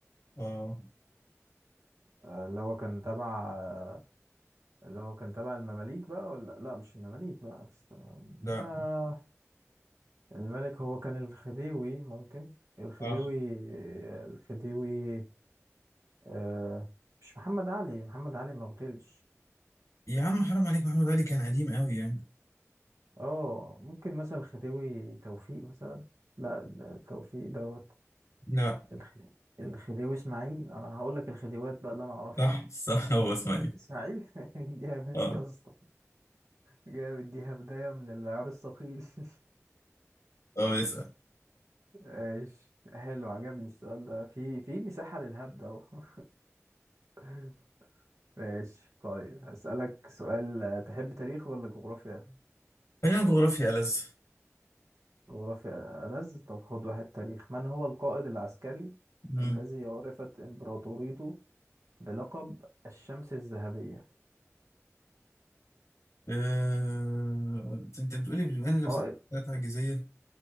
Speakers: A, on the left; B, on the right.
A: اه
B: آه، اللي هو كان تبع آه، اللي هو كان تبع المماليك بقى ولا لا مش المماليك بقى استنى.
A: لا
B: آه، الملك هو كان الخديوي ممكن الخديوي
A: اه
B: الخديوي آه، مش محمد علي محمد علي ما اغتيلش
A: يا عم حرام عليك محمد علي كان قديم قوي يعني
B: اه ممكن مثلا الخديوي توفيق مثلا لا ده توفيق دوت
A: لا
B: الخ- الخديوي اسماعيل انا هقول لك الخديوات بقى اللي انا اعرفها
A: صح صح هو اسماعيل
B: اسماعيل <laughs> جامد
A: اه
B: يا اسطى جامد دي هبداية من العيار الثقيل <laughs>
A: هو بيسأل
B: ماشي حلو عجبني السؤال ده في في مساحة للهبدة اهو <laughs> ماشي طيب هسألك سؤال آه، تحب تاريخ ولا جغرافيا؟
A: خلينا جغرافيا ألذ
B: جغرافيا ألذ طب خد واحد تاريخ من هو القائد العسكري
A: مم.
B: الذي عرفت إمبراطوريته بلقب الشمس الذهبية؟
A: آه، انت أنت بتقولي بما ان لبستك
B: قائد
A: ثلاث عجيزية